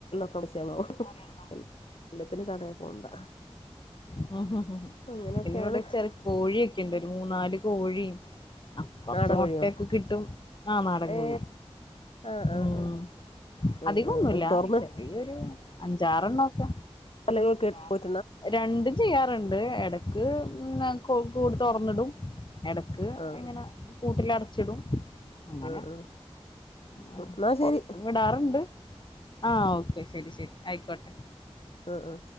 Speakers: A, on the left (about 65°); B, on the left (about 45°).
A: <unintelligible> എല്ലത്തിനും കടേ പോണ്ട
B: ഹ ഹ
A: അങ്ങനെയൊക്കെയാണ്
B: പിന്നെ ഇവടെ ചെറു കോഴിയൊക്കെ ഇണ്ട് ഒരു മൂന്നാല് കോഴിം ആഹ് കൊറ്ച്ചു
A: നാടൻ
B: മുട്ടെക്കെ
A: കോഴിയോ
B: കിട്ടും. ആ നാടൻ
A: ഏ
B: കോഴി
A: ആ ആ ആ
B: ഉം
A: ആ
B: അധികൊന്നുല്ല.
A: ആ അത് തുറന്ന്
B: ചെറിയൊരു അഞ്ചാറണ്ണൊക്കെ
A: തല്ലൾ കേട്ട് <unintelligible>
B: രണ്ടും ചെയ്യാറ്ണ്ട്. എടക്ക് ന കൂടു തൊറന്നിടും എടക്ക്
A: ആ
B: അങ്ങന കൂട്ടിലടച്ചിടും അങ്ങനെ
A: ആ ആ
B: ആഹ്
A: എന്നാ
B: പൊറ്ത്ത്
A: ശരി
B: വിടാറ്ണ്ട്. ആഹ് ഓക്കെ ശരി ശരി ആയിക്കോട്ടെ
A: ഉം ഉം